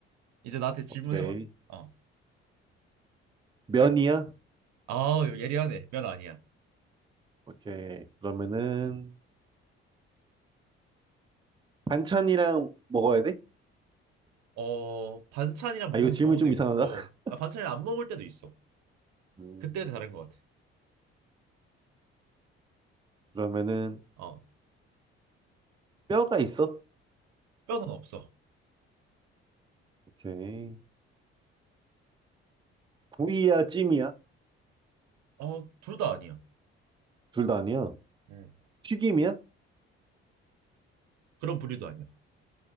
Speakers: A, on the right (about 70°); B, on the right (about 15°).
A: 이제 나한테 질문해봐.
B: 오케이.
A: 어.
B: 면이야?
A: 아, 예리하네. 면 아니야.
B: 오케이. 그러면은, 반찬이랑 먹어야 돼?
A: 어, 반찬이랑 먹는
B: 아, 이거 질문이
A: 경우도
B: 좀
A: 있고,
B: 이상한가? <laughs>
A: 아, 반찬이랑 안 먹을 때도 있어.
B: 음,
A: 그때 다른 것 같아.
B: 그러면은,
A: 어.
B: 뼈가 있어?
A: 뼈는 없어.
B: 오케이. 구이야, 찜이야?
A: 어, 둘 다 아니야.
B: 둘 다 아니야.
A: 음.
B: 튀김이야?
A: 그런 부류도 아니야.